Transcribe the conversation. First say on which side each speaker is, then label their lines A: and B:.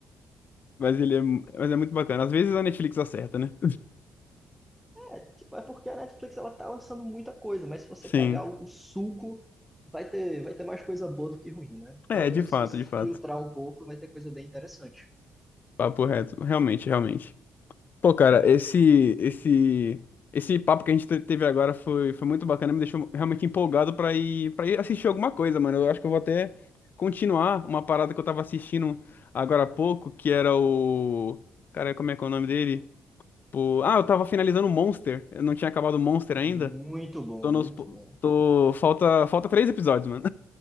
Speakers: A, on the left; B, in the centre.
A: Mas ele é, mu- mas é muito bacana. Às vezes a Netflix acerta, né?
B: É, tipo, é porque a Netflix ela tá lançando muita coisa, mas se você
A: Sim.
B: pegar o, o suco, vai ter, vai ter mais coisa boa do que ruim, né?
A: É,
B: Pelo
A: de
B: menos
A: fato,
B: se você
A: de
B: filtrar
A: fato.
B: um pouco, vai ter coisa bem interessante.
A: Papo reto. Realmente, realmente. Pô, cara, esse esse esse papo que a gente te- teve agora foi, foi muito bacana, me deixou realmente empolgado pra ir para ir assistir alguma coisa, mano. Eu acho que eu vou até continuar uma parada que eu tava assistindo agora há pouco, que era o cara, como é que é o nome dele? Pô, Ah, eu tava finalizando o Monster. Eu não tinha acabado o Monster
B: Muito
A: ainda.
B: bom,
A: Tô nos
B: muito
A: po-
B: bom.
A: tô falta falta três episódios, mano.